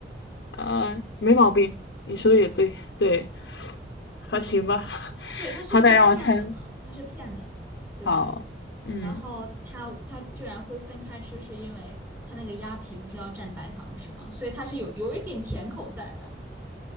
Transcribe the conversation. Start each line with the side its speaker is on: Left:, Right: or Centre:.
Left: 呃，没毛病，你说的也对，对，还行吧，<laughs>
Right: 对，它是不是片的嘛？
Left: 好歹让我猜。
Right: 它是片的，对吧？
Left: 好，嗯，
Right: 然后它它居然会分开吃，是因为它那个鸭皮不是要蘸白糖吃吗？所以它是有有一点甜口在的。